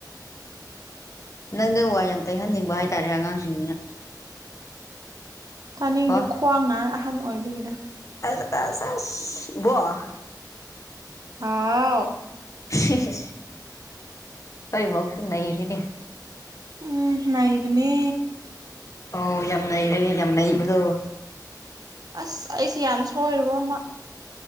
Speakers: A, on the left; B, on the right.
A: ꯅꯪꯗꯣ ꯋꯥꯏ ꯌꯥꯝ ꯇꯩꯍꯟꯅꯤꯡꯕ ꯍꯥꯏꯇꯥꯔꯦ ꯑꯉꯥꯡꯁꯤꯡꯁꯤꯅ
B: ꯇꯥꯅꯤꯡꯗꯦ
A: ꯀꯣ
B: ꯈ꯭ꯋꯥꯡ ꯅꯥꯏ ꯑꯍꯟ ꯑꯣꯏꯕꯒꯤꯔ
A: ꯑꯁ ꯑꯁ ꯏꯕꯣꯛ
B: ꯍꯥꯎ
A: ꯥ <unintelligible> ꯑꯩ ꯏꯕꯣꯛꯁꯨ ꯅꯩꯔꯦꯅꯦ
B: ꯎꯝ ꯅꯩꯕꯅꯦ
A: ꯑꯧ ꯌꯥꯝ ꯅꯩꯔꯦ ꯌꯥꯝ ꯅꯩꯕꯗꯣ
B: ꯑꯁ ꯑꯩꯁꯦ ꯌꯥꯝ ꯁꯣꯏꯔꯨꯕꯃ